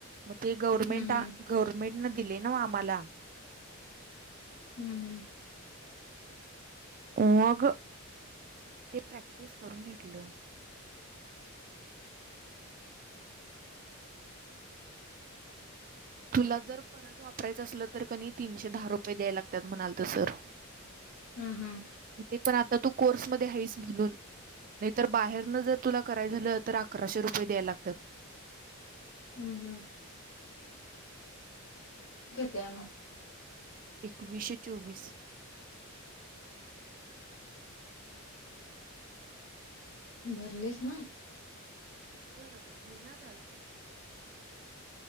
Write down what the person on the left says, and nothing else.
हम्म
हम्म हम्म.
<unintelligible>
हम्म हम्म.
हम्म हम्म. तेम
भरलीस म